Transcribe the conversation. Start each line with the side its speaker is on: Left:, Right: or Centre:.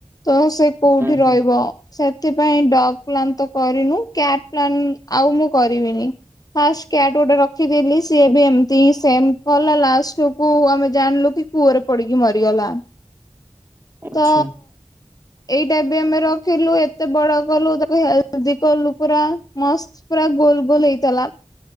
Left: ତ ସେ କୋଉଠି
Right: ଉଁ ହୁଁ
Left: ରହିବ? ସେଥିପାଇଁ ଡଗ୍ ପ୍ଲାନ ତ କରିନୁ, କ୍ୟାଟ ପ୍ଲାନ ଆଉ ମୁଁ କରିବିନି। ଫାଷ୍ଟ କ୍ୟାଟ୍ ଗୋଟେ ରଖିଥିଲି, ସିଏ ବି ଏମତି ହିଁ ସେମ୍ କଲା ଲାଷ୍ଟକୁ ଆମେ ଜାଣିଲୁ କି କୂଅରେ ପଡିକି ମରିଗଲା।
Right: ଆଚ୍ଛା
Left: ତ ଏଇଟା ବି ଆମେର ଥିଲୁ, ଏତେ ବଡ କଲୁ, ତାକୁ ହେଲ୍ପ ବି କଲୁ ପୁରା ମସ୍ତ୍ ପୁରା ଗୋଲ ଗୋଲ ହେଇଥିଲା।